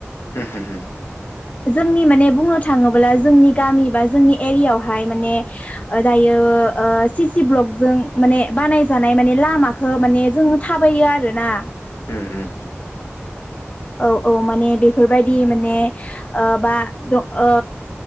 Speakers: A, on the left (about 65°); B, on the left (about 30°).
A: होम होम।
B: जोंनि माने बुंनो थाङोब्ला जोंनि गामि बा जोंनि एरियावहाय माने दायो ओ सिसि ब्लकजों माने बानायजानाय मान लामाखौ माने जोंङो थाबायो आरो ना।
A: उम उम।
B: औ औ माने बेफोरबायदि माने ओ बा द ओ